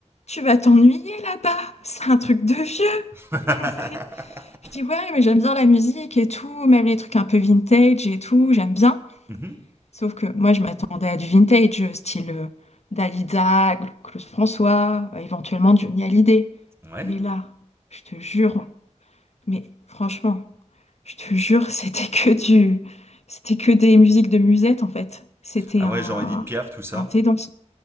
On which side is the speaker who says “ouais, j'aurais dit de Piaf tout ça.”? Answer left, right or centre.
Right